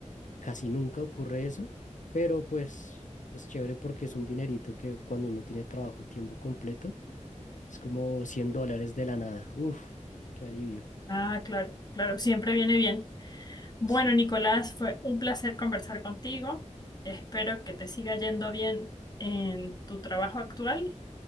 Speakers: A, on the left; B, on the left.
A: Casi nunca ocurre eso, pero pues es chévere porque es un dinerito que cuando uno tiene trabajo tiempo completo es como 100 dólares de la nada. Uf, qué alivio.
B: Ah, claro, claro, siempre viene bien. Bueno,
A: Sí,
B: Nicolás, fue un placer conversar contigo. Espero que te siga yendo bien en tu trabajo actual